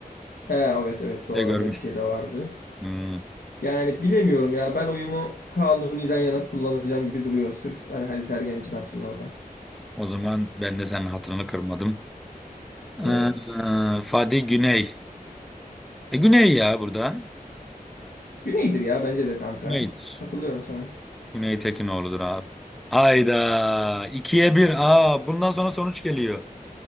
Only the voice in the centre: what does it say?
de görmüştüm.
Hmm,
o zaman ben de senin hatırını kırmadım.
Ee, Fadi Güney. E Güney ya burada.
Güney'dir.
Güney Tekinoğlu'dur abi. Hayda. ikiye bir. Aa, bundan sonra sonuç geliyor.